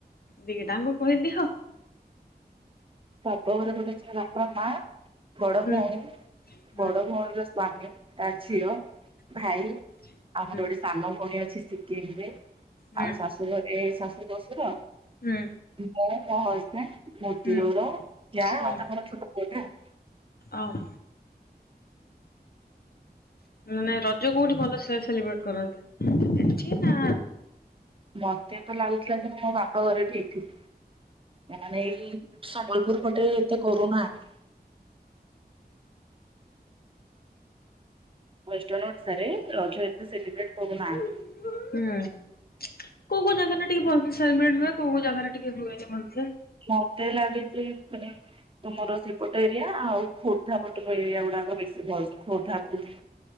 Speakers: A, on the left; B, on the right.
A: ଦିଟାଙ୍କୁ କହିଦିଅ
B: ବାପ ଘରେ ଗୋଟେ ଝିଅ ବାପା ମା ବଡ
A: ହୁଁ
B: ଭଉଣୀ
A: ହୁଁ
B: ବଡ ଭଉଣୀର ସ୍ଵାମୀ ଆ ଝିଅ ଭାଇ
A: ହୁଁ
B: ଆଉ ମୋର
A: ହୁଁ
B: ଗୋଟେ ସାନ ଭଉଣୀ ଅଛି ସେକେଣ୍ଡ ରେ
A: ହୁଁ
B: ଆଉ ଶାଶୁ ଘରେ ଶାଶୁ ଶଶୁର
A: ହୁଁ
B: ମୁଁ ମୋ ହଜବେଣ୍ଡ ମୂତି
A: ହୁଁ
B: ଜୋର ଯା ଆଉ
A: ହୁଁ
B: ତାଙ୍କର ଛୋଟ ପୁଅଟେ ଆଉ।
A: ଓହୋ। ମାନେ ରଜ କୋଉଠି ଭଲସେ ସେଲିବ୍ରେଟ କରନ୍ତି? ନା
B: ମତେ ତ ଲାଗୁଥିଲା ଯେ ମୁଁ ମୋ ବାପ ଘରେ ଠିକ ଥିଲି। ମାନେ ଏଇ ସମ୍ବଲପୁର ପଟେ ଏତେ କରୁନାହାନ୍ତି। ୱେଷ୍ଟନ ଓଡିଶା ରେ ରଜ ଏତେ ସେଲିବ୍ରେଟ କରୁନାହାନ୍ତି।
A: ହୁଁ-ଉଁ-ଉଁ କୋଉ କୋଉ ଜାଗାରେ ଟିକେ ବ <inaudible> <inaudible> କୋଉ କୋଉ ଜାଗାରେ ଟିକେ ହୁଏନି ଭଲସେ।
B: ମତେ ଲାଗିଛି <inaudible> ତମର ସେପଟ ଏରିଆ ଆଉ ଖୋର୍ଦ୍ଧା ପଟର ଏରିଆଗୁଡାକ ବେଶୀ ଭଲ <inaudible> ଖୋର୍ଦ୍ଧା ପୁରୀ